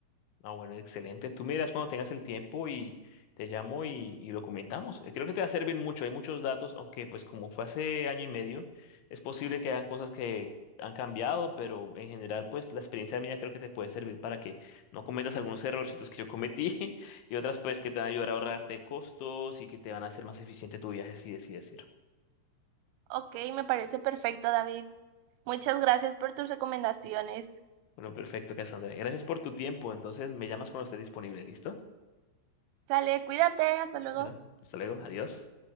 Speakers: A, on the left (about 75°); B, on the right (about 85°).
A: Ah, bueno, excelente. Tú miras cuando tengas el tiempo y te llamo y, y lo comentamos. Eh, Creo que te va a servir mucho. Hay muchos datos, aunque pues como fue hace año y medio, es posible que hayan cosas que han cambiado, pero en general pues la experiencia mía creo que te puede servir para que no cometas algunos errorcitos que yo cometí <laughs> y otras pues que te van a ayudar a ahorrarte costos y que te van a hacer más eficiente tu viaje, así decir.
B: Ok, me parece perfecto, David. Muchas gracias por tus recomendaciones.
A: Bueno, perfecto, Cassandra. Gracias por tu tiempo. Entonces, me llamas cuando estés disponible. ¿Listo?
B: Sale, cuídate, hasta luego.
A: Bueno, hasta luego. Adiós.